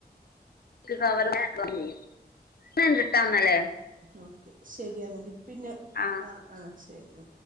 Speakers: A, on the left (about 65°); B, on the right (about 50°).
A: കവർ്യും <unintelligible> ിട്ടാന്നല്ലെ <unintelligible>
B: ഓക്കെ ശരിയാന്നെങ്കി പിന്നെ
A: ആഹ്
B: ആ ആ ശരി